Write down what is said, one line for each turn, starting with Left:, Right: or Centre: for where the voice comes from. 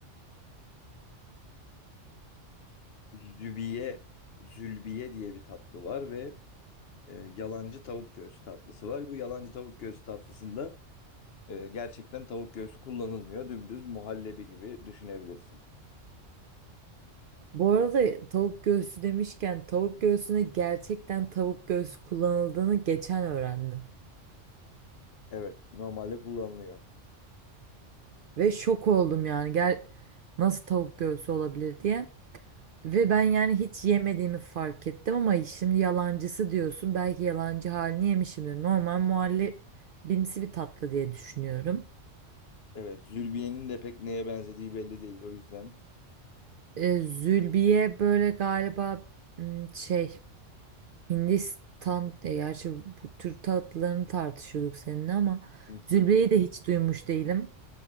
Left: Zübiye, zülbiye diye bir tatlı var ve e, yalancı tavuk göğsü tatlısı var. Bu yalancı tavuk göğsü tatlısında e, gerçekten tavuk göğsü kullanılmıyor. Dümdüz muhallebi gibi düşünebilirsin.
Right: Bu arada tavuk göğsü demişken tavuk göğsüne gerçekten tavuk göğsü kullanıldığını geçen öğrendim.
Left: Evet, normalde kullanılıyor.
Right: Ve şok oldum yani gel nasıl tavuk göğsü olabilir diye. Ve ben yani hiç yemediğimi fark ettim ama şimdi yalancısı diyorsun. Belki yalancı halini yemişimdir. Normal muhallebimsi bir tatlı diye düşünüyorum.
Left: Evet, zülbiyenin de pek neye benzediği belli değil. O yüzden
Right: Ee, Zülbiye böyle galiba ım, şey Hindistan, e, gerçi bu Türk tatlılarını tartışıyorduk seninle ama
Left: Hı
Right: zülbeyi
Left: hı.
Right: de hiç duymuş değilim.